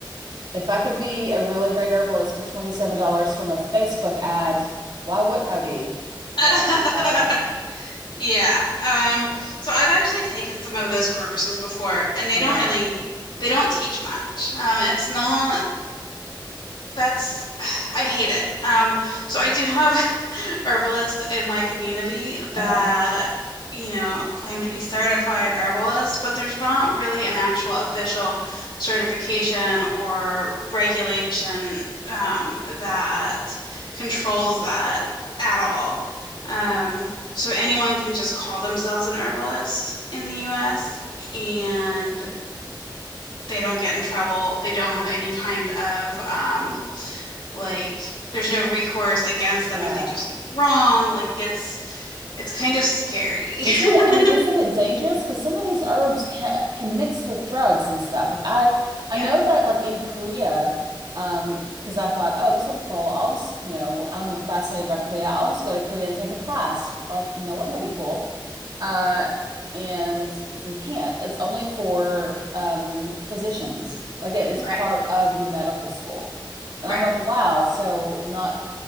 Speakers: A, on the right; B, on the left.
A: if I could be a really great herbalist for $27 from a Facebook ad, why wouldn't I be?
B: Uh,
A: But, uh,
B: <laughs> yeah. Um, so I've actually taken some of those courses before, and they
A: oh
B: don't
A: wow.
B: really they don't teach much. Um, it's not That's <sighs> I hate it. Um, so I do have <laughs> herbalists in my community that,
A: Uh-huh.
B: you know, claim to be certified herbalists, but there's not really an actual official certification or regulation um, that controls that at all. Um, so anyone can just call themselves an herbalist in the US and they don't get in trouble. They don't have any kind of um like there's no recourse against them
A: Yeah.
B: if they do something wrong. Like it's it's kind of scary.
A: Isn't
B: <laughs>
A: it, I mean, isn't it dangerous? Because some of these herbs can, can mix with drugs and stuff. Like I,
B: Yeah,
A: I know that like in Korea, um, because I thought, oh, this will be cool. I'll just, you know, I'm fascinated by Korea. I'll just go to Korea and take a class. Like, you know, wouldn't that be cool? Uh, and you can't. It's only for um physicians. Like it is
B: right,
A: part of the medical school. And
B: right,
A: I'm like, wow. So not